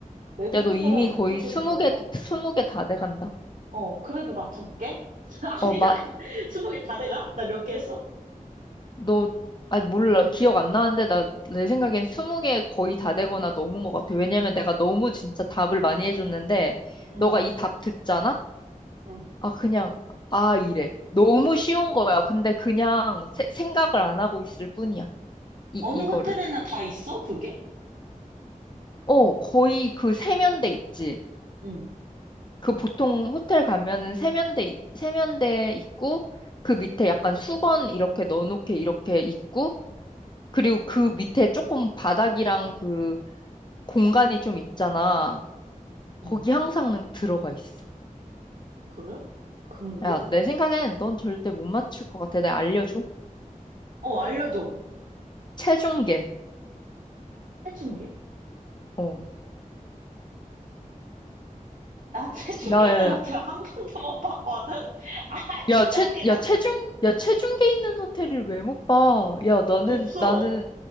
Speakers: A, on the right; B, on the left.
A: 외국
B: 야, 너
A: 호텔
B: 이미
A: 가면
B: 거의
A: 무조건
B: 스무
A: 있다고?
B: 개, 스무 개 다 돼간다.
A: 어, 그래도 맞춰볼게. <laughs>
B: 어,
A: 아니다.
B: 마,
A: <laughs> 스무 개 다 돼가? 나 몇 개 했어?
B: 너, 아, 몰라. 기억 안 나는데, 나, 내 생각엔 스무 개 거의 다 되거나 넘은 것 같아. 왜냐면 내가 너무 진짜 답을 많이 해줬는데,
A: 응,
B: 너가 이 답 듣잖아?
A: 응.
B: 아, 그냥, 아, 이래. 너무 쉬운 거야. 근데 그냥 세- 생각을 안 하고 있을 뿐이야. 이,
A: 어느
B: 이거를.
A: 호텔에나 다 있어, 그게?
B: 어, 거의 그 세면대 있지.
A: 응,
B: 그 보통 호텔 가면은 세면대, 이- 세면대 있고, 그 밑에 약간 수건 이렇게 넣어놓게 이렇게 있고, 그리고 그 밑에 조금 바닥이랑 그 공간이 좀 있잖아.
A: 응.
B: 거기 항상 들어가 있어.
A: 그래? 금고?
B: 야, 내 생각엔 넌 절대 못 맞출 것 같아. 내가 알려줘.
A: 어, 알려줘.
B: 체중계.
A: 태충계?
B: 어.
A: 나 태충계
B: 체- 야,
A: 있는
B: 야,
A: 호텔
B: 야.
A: 한 번도 못 봤거든? <laughs> 아, 진짜
B: 야, 체,
A: 웃기다.
B: 야, 체중, 야, 체중계 있는 호텔을 왜 못 봐? 야, 나는,
A: 없어.
B: 나는,